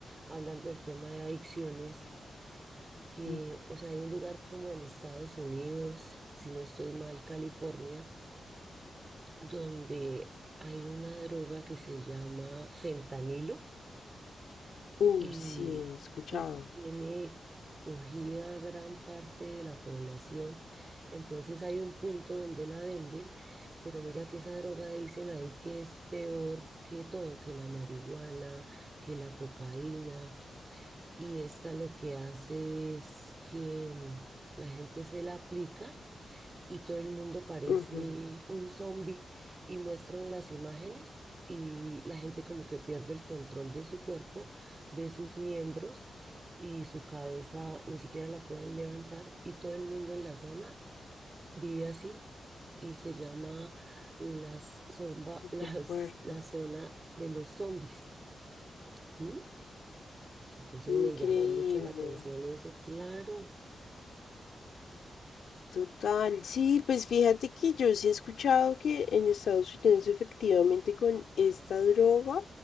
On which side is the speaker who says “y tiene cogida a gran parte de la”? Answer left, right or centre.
Right